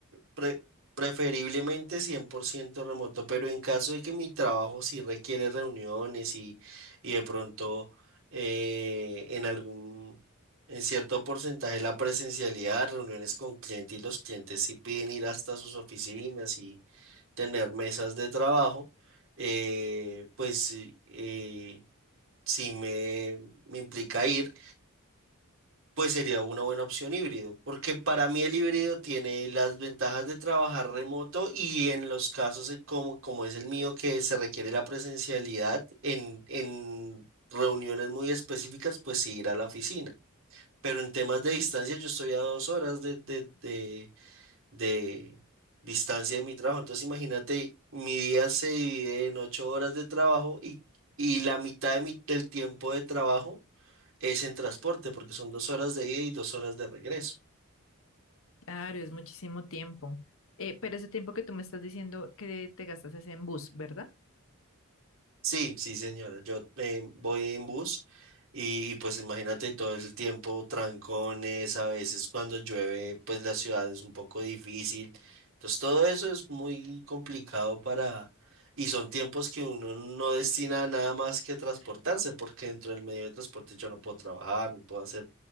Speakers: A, on the right; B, on the left.
A: pre- preferiblemente 100% remoto, pero en caso de que mi trabajo sí requiere reuniones y, y de pronto eh, en algún, en cierto porcentaje la presencialidad, reuniones con clientes y los clientes sí piden ir hasta sus oficinas y tener mesas de trabajo, eh, pues... eh, si me, me implica ir, pues sería una buena opción híbrido, porque para mí el híbrido tiene las ventajas de trabajar remoto y en los casos eh, como, como es el mío que se requiere la presencialidad en, en reuniones muy específicas, pues sí ir a la oficina. Pero en temas de distancia yo estoy a dos horas de, de, de, de distancia de mi trabajo, entonces imagínate, mi día se divide en ocho horas de trabajo y, y la mitad de mi- del tiempo de trabajo es en transporte porque son dos horas de ida y dos horas de regreso.
B: Claro, es muchísimo tiempo. Eh, pero ese tiempo que tú me estás diciendo que te gastas es en bus, ¿verdad?
A: Sí, sí, señora. Yo eh, voy en bus y, y, pues imagínate todo el tiempo, trancones, a veces cuando llueve, pues la ciudad es un poco difícil. Entonces todo eso es muy complicado para... Y son tiempos que uno no destina a nada más que transportarse, porque dentro del medio de transporte yo no puedo trabajar, no puedo hacer